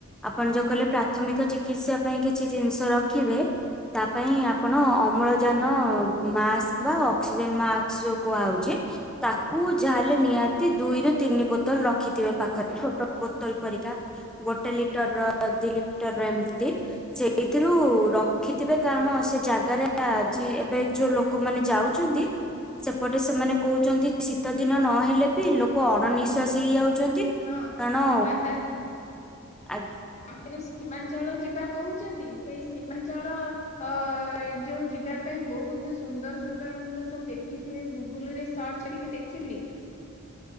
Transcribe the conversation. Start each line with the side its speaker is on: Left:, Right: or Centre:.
Centre: ଆପଣ ଯୋଉ କହିଲେ ପ୍ରାଥମିକ ଚିକିତ୍ସା ପାଇଁ କିଛି ଜିନିଷ ରଖିବେ ତା ପାଇଁ ଆପଣ ଅମ୍ଳଜାନ ମାସ୍କ ବା ଅକ୍ସିଜେନ ମାସ୍କ ଯୋଉ କୁହାହେଉଛି ତାକୁ ଯାହା ହେଲେ ନିହାତି ଦୁଇରୁୁ ତିନି ବୋତଲ ରଖିଥିବେ ପାଖରେ ଛୋଟ ବୋତଲ ପରିକା ଗୋଟେ ଲିଟର ର ଦି ଲିଟର ର ଏମିତି ସେଇଥିରୁ ରଖିଥିବେ କାରଣ ସେ ଜାଗାରେ ଏବେ ଯୋଉ ଲୋକମାନେ ଯାଉଛନ୍ତି ସେପଟେ ସେମାନେ କହୁଛନ୍ତି ଶୀତ ଦିନ ନହେଲେ ବି ଲୋକ ଅଣନିଶ୍ୱାସି ହେଇଯାଉ। ଛନ୍ତି
Left: ହଁ
Centre: କାରଣ
Left: ଆଉ
Centre: ଆ
Left: ସେ ଯୋଉ ସୀମାଞ୍ଚଳ ଯିବା କହୁଛନ୍ତି ସେଇ ସୀମାଞ୍ଚଳ ଅ ଯୋଉ ଯିବା ପାଇଁ ବହୁତ ସୁନ୍ଦର ସୁନ୍ଦର ମୁଁ ତ ସବୁ ଦେଖିଥିଲି ଗୁଗୁଲ ରେ ସର୍ଚ୍ଚ କରିକି ଦେଖିଥଲି